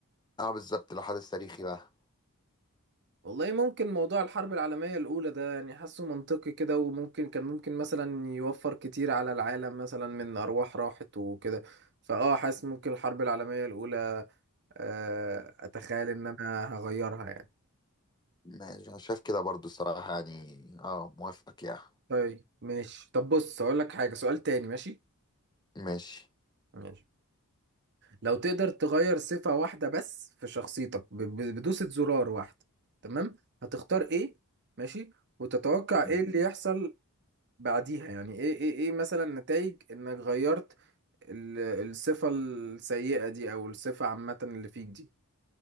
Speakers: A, on the left; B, on the right.
A: اه بالظبط لو حدث تاريخي بقى
B: والله ممكن موضوع الحرب العالمية الأولى ده يعني حاسه منطقي كده وممكن كان ممكن مثلا يوفر كتير على العالم مثلا من أرواح راحت وكده فأه حاسس ممكن الحرب العالمية الأولى آه، أتخيل إن أنا هغيرها يعني
A: ماشي انا شايف كده برضو الصراحة يعني اه موافقك يعني
B: طيب ماشي طب بص أقول لك حاجة سؤال تاني ماشي
A: ماشي
B: ماشي لو تقدر تغير صفة واحدة بس في شخصيتك ب- ب- بدوسة زرار واحدة تمام هتختار إيه ماشي وتتوقع إيه
A: مم.
B: اللي يحصل بعديها يعني ايه ايه ايه مثلا نتائج انك غيرت ال- الصفة السيئة دي او الصفة عامة اللي فيك دي